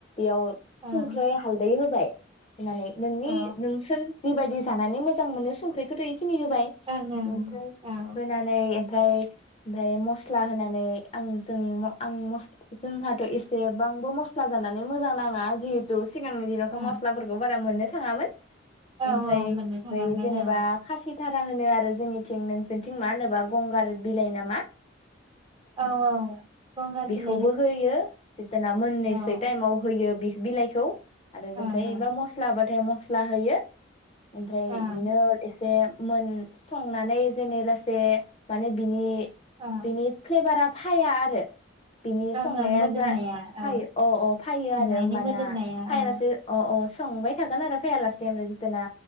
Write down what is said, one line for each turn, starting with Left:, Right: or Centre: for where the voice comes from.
Left: इयाव
Right: ओं
Left: सुंख्रै हालदै होबाय। होनानै नोंनि
Right: औ
Left: नोंसोर जिबायदि जानानै मोजां मोनो संख्रिखौथ इ खिनि होबाय
Right: ओं ओं
Left: ओमफाय
Right: औ
Left: होनानै ओमफ्राय ओमफ्राय मस्ला होनानै आं जों म आं मस जोंहाथ एसेबांबो मस्ला जानानै मोजां नाङा जिहेथु। सिगांनि दिनावथ
Right: ओं
Left: मस्लाफोरखौ बारा मोनो था थाङामोन।
Right: औ
Left: ओमफ्राय फ्राय
Right: मोननो थाङामोन
Left: बै जेनेबा
Right: औ
Left: खासि थारा होनो आरो जोंनिथिं नोंसोरनिथिं मा होनोबा गंगार बिलाइ नामा
Right: औ औ गंगार बिल
Left: खौबो होयो जिताना मोननोसै
Right: ओं
Left: टाइमाव होयो बिख बिलाइखौ आरो बेनफ्राय
Right: ओं
Left: एबा मस्लाबाथाय‌ मस स्ला होयो ओमफ्राय
Right: ओं
Left: इदिनो एसे मोन संनानै जेने लासे माने बिनि
Right: ओं
Left: बिनि फ्लेबारा फाया आरो बिनि संनाया
Right: ओं ओं मोदोमनाया
Left: जा फाय
Right: औ
Left: अ अ फायो
Right: संनायनि
Left: आरो ओमबाना
Right: मोदोमनाया
Left: फायालासे
Right: औ
Left: अ अ स संबाय थागोन आरो फैयालासे ओमफ्राय जिताना